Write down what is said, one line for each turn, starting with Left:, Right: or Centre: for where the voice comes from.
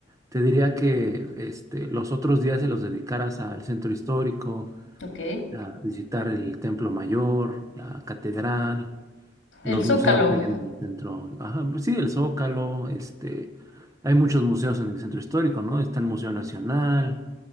Right: te diría que este, los otros días se los dedicaras al centro histórico,
Left: ok.
Right: a visitar el Templo Mayor, la catedral, los
Left: El Zócalo,
Right: museos que hay en el centro. Ajá, pues sí, el Zócalo, este, hay muchos museos en el centro histórico, ¿no? Está el Museo Nacional,